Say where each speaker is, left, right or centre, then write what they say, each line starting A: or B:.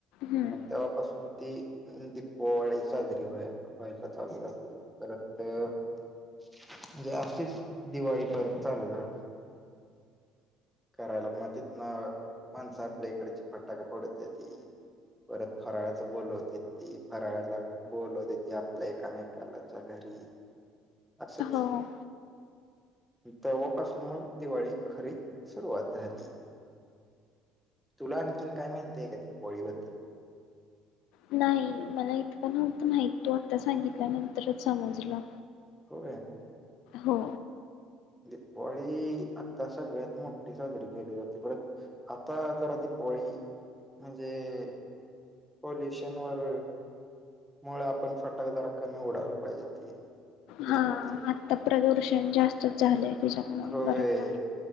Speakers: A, on the left; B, in the centre.
A: हं.
B: मग तेव्हापासून ती दीपावाळी साजरी होयला होयला चालू झाली परत तो म्हणजे अशीच दिवाळी परत चालू झाली करायला, मग तिथनं माणसं आपल्या इकडची फटाका फोडत होती, परत फराळाचा बोलवते ती फराळाला बोलवते होते, आपल्या एकामेकाला च घरी असच
A: हो.
B: तेव्हापासून मग दिवाळी खरी सुरुवात झाली. तुला आणखीन काय माहित आहे का दिपवाळी बद्दल?
A: नाही मला इतक नव्हत माहित तू आता सांगितल्यानंतरच समजला.
B: होय
A: हो
B: दिपवाळी आता सगळ्यात मोठी साजरी केली जाते, परत आता जरा दिपवाळी म्हणजे पोल्युशन वर मग आपण फटाका जरा कमी उडावला पाहिजे ती दीपावळी
A: हा आता प्रदूर्श जास्तच झालय त्याच्यामुळ
B: होय
A: बरोबर